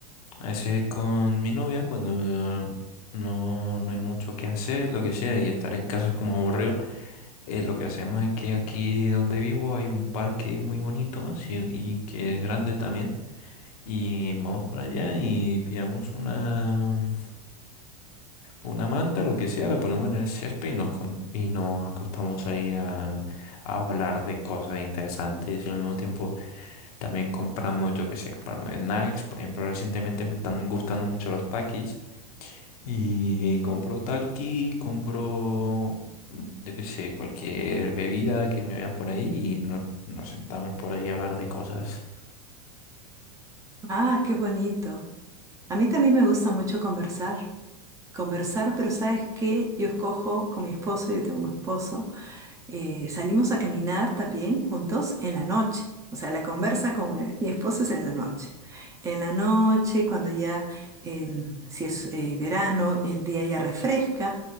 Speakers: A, on the left (about 65°); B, on the right (about 15°).
A: A veces con mi novia, cuando no, no hay mucho que hacer, lo que sea, y estar en casa es como aburrido, eh, lo que hacemos es que aquí donde vivo hay un parque muy bonito sí, y que es grande también. Y vamos por allá y pillamos una, una manta, lo que sea, la ponemos en el césped y nos, con- y nos acostamos ahí a, a hablar de cosas interesantes y al mismo tiempo también compramos, yo qué sé, compramos snacks. Por ejemplo, recientemente me están gustando mucho los Takis y compro takis compro, mm, yo qué sé, cualquier bebida que me vea por ahí y no- nos sentamos por ahí a hablar de cosas.
B: Ah, qué bonito. A mí también me gusta mucho conversar, conversar, pero ¿sabes qué? Yo escojo con mi esposo, yo tengo un esposo. eh, salimos a caminar también juntos en la noche. O sea, la conversa con eh, mi esposo es en la noche. En la noche, cuando ya, el- si es eh, verano, el día ya refresca.